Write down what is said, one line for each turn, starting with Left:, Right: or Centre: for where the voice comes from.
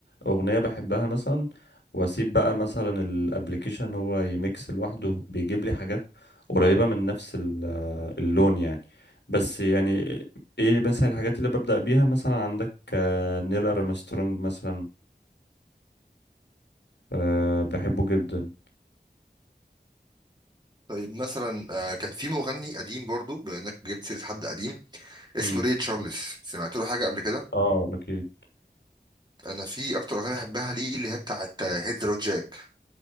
Left: اغنية بحبها مثلا واسيب بقى مثلا الابليكيشن هو يميكس لوحده بيجيب لي حاجات قريبة من نفس ال- آه، اللون يعني بس يعني ايه مثلا الحاجات اللي ببدأ بيها مثلا عندك آه، نيل ارمسترونج مثلا أه بحبه جدا
Right: طيب مثلا آه، كان في مغني قديم برضو بما انك جبت سيره حد قديم اسمه
Left: مم.
Right: ري تشارلز سمعت له حاجه قبل كده
Left: اه اكيد
Right: انا في اكتر اغنيه بحبها ليه اللي هي بتاعه هيدرو جاك